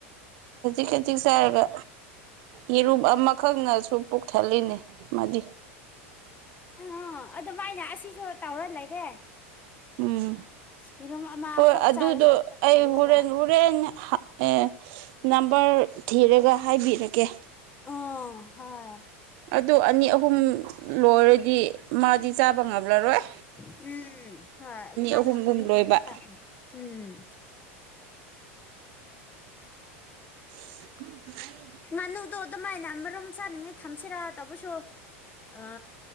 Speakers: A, on the right (about 60°); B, on the left (about 25°).
A: ꯈꯖꯤꯛ ꯈꯖꯤꯛ ꯆꯥꯔꯒ ꯌꯦꯔꯨꯝ ꯑꯃꯈꯛꯅꯁꯨ ꯄꯨꯛꯊꯜꯂꯤꯅꯦ ꯃꯗꯤ
B: ꯑ ꯑꯗꯨꯃꯥꯢꯅ ꯑꯁꯤꯁꯨ ꯇꯧꯔ ꯂꯩꯔꯦ
A: ꯎꯝ
B: ꯌꯦꯔꯨꯝ ꯑꯃꯈꯛ
A: ꯍꯣꯏ ꯑꯗꯨꯗꯣ
B: ꯆꯥꯔꯁꯨ ꯄꯨꯛ
A: ꯑꯩ
B: ꯊꯜꯂꯒ
A: ꯍꯣꯔꯦꯟ ꯍꯣꯔꯦꯟ <unintelligible> ꯅꯝꯕꯔ ꯊꯤꯔꯒ ꯍꯥꯏꯕꯤꯔꯀꯦ
B: ꯑꯣ ꯍꯣꯏ
A: ꯑꯗꯨ ꯑꯅꯤ ꯑꯍꯨꯝ ꯂꯣꯢꯔꯗꯤ ꯃꯥꯗꯤ ꯆꯥꯕ ꯉꯝꯂꯔꯣꯢ
B: ꯎꯝ ꯍꯣꯏ ꯑꯗꯨꯃꯥꯏꯅ
A: ꯑꯍꯨꯝꯒꯨꯝ
B: ꯃꯔꯝꯗꯤ
A: ꯂꯣꯏꯕ
B: ꯎꯝ
A: <inaudible>
B: ꯉꯥꯅꯨꯗꯣ ꯑꯗꯨꯃꯥꯢꯅ ꯑꯔꯨꯝ ꯆꯥꯅꯤꯡꯉꯥꯢ ꯊꯝꯁꯤꯔ ꯇꯧꯕꯁꯨ ꯑ